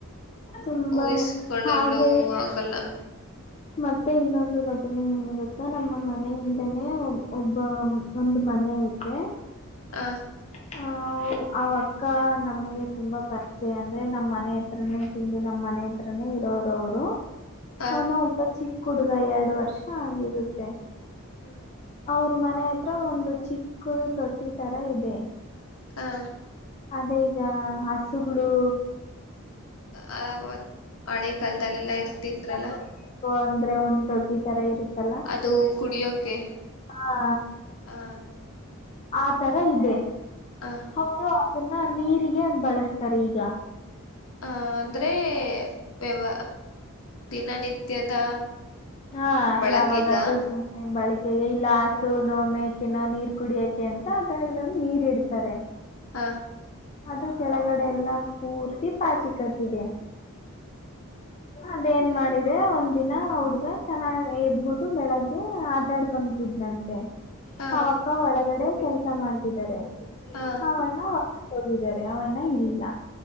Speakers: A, on the left (about 30°); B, on the left (about 70°).
A: ತುಂಬಾನೇ
B: ಹೂಯಿಸಕೊಳ್ಳಲ್ಲ
A: ಹಾಗೆಯೇ
B: ಆಗಲ್ಲ.
A: ಮತ್ತೆ ಇನ್ನೊಂದು ಘಟನೆ ಏನು ಗೊತ್ತಾ ನಮ್ಮ ಮನೆಯಿಂದನನೆ ಒಬ್ಬ ಒಂದು ಮನೆ ಐತೆ.
B: ಆ
A: ಹ ಆ ಅಕ್ಕ ನಮಗೆ ತುಂಬಾ ಪರಿಚಯ ಅಂದ್ರೆ ನಮ್ಮ್ ಮನೆ ಹತ್ರರನೇ ತಿಂದು ನಮ್ಮ್ ಮನೆ ಹತ್ರನೇ ಇರೋರು ಅವ್ರು
B: ಹಾ
A: ನಾನೊ ಒಬ್ಬ ಚಿಕ್ಕ ಹುಡುಗ ಎರಡು ವರ್ಷ ಆಗಿರುತ್ತೆ.
B: ಹ್ಮ್
A: ಅವ್ರ ಮನೆ ಹತ್ರ ಒಂದು ಚಿಕ್ಕದು ತೊಟ್ಟಿ ತರ ಇದೆ.
B: ಹಾ
A: ಅದೇ ಈಗ ಹಸುಗಳು.
B: ಹ ಹಳೆ ಕಾಲದಲ್ಲೆಲ್ಲಾ ಇರ್ತಿದ್ರಲ್ಲ.
A: ಕುಡಿಬೇಕು ಅಂದ್ರೆ ಒಂದ್ ತೊಟ್ಟಿ ತರ ಇರುತ್ತಲ್ಲ.
B: ಅದು ಕುಡಿಯೋಕೆ.
A: ಹಾ
B: ಆ
A: ಆ ತರ ಇದೆ.
B: ಆ
A: ಅವರು ಅದನ್ನ ನೀರಿಗೆ ಬಳಸ್ತಾರೆ ಈಗ.
B: ಆ ಅಂದ್ರೆ ವ್ಯವ ದಿನನಿತ್ಯದ
A: ಹಾ
B: ಬಳಕೆಗ
A: ಯಾವಾಗಾದ್ರೂ ಸುಮ್ನೆ ಬಳಿ ಇಲ್ಲ ಹಾಸು ನೋ ಮೇಕೆ ನೋ ನೀರ್ ಕುಡಿಯಕೆ ಅಂತ ಅದ್ರಂದು ನೀರ್ ಇಡ್ತಾರೆ.
B: ಹಾ
A: ಅದು ಕೆಳಗಡೆ ಎಲ್ಲ ಪೂರ್ತಿ ಪಾಚಿ ಕಟ್ಟಿದೆ. ಅದೇಏನ್ ಮಾಡಿದೆ ಒಂದ್ ದಿನ ಹುಡ್ಗ ಚೆನ್ನಾಗ ಎದ್ಬಿಟ್ಟು ಬೆಳಗ್ಗೆ ಆಟಾಡ್ಕೊತಿದ್ನಂತೆ.
B: ಹ
A: ಅವಕ್ಕ ಒಳಗಡೆ ಕೆಲ್ಸ ಮಾಡ್ತಿದ್ದಾರೆ
B: ಹ
A: ಅವ ಹೋಗಿದ್ದಾರೆ ಅವಣ್ಣ ಇಲ್ಲಿಲ್ಲ.